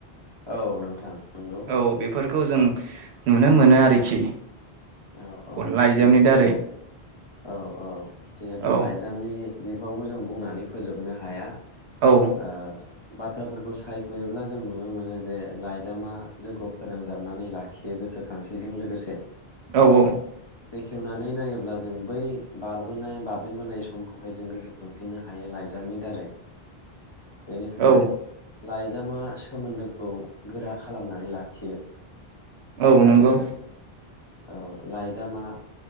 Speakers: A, on the left; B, on the right.
A: औ नोंथां। नंगौ
B: औ बेफोर खौ जों नुनो मोनो आरोखि।
A: औ औ
B: लाइजामनि
A: जिहेतु
B: दारै
A: औ औ जिहेतु
B: औ
A: लाइजामनि बिफावखौ जों बुंनानै फोजोबनो हाया।
B: औ
A: ओ बाथ्राफोरखौ सायख'योब्ला जों नुनो मोनो जे लाइजामा जोंखौ फोनांजाबनानै लाखियो गोसोखांथिजों लोगोसे।
B: औ औ।
A: बेखेवनानै नायोब्ला जों बै बारबोनाय बाबेनबोनाय समखौहाय जों गोसोखांफिननो हायो लाइजामनि दारै। बेनिफ्राय
B: औ
A: लाइजामा सोमोन्दोखौ गोरा खालामनानै लाखियो।
B: औ
A: आरो
B: नंगौ।
A: औ लाइजामा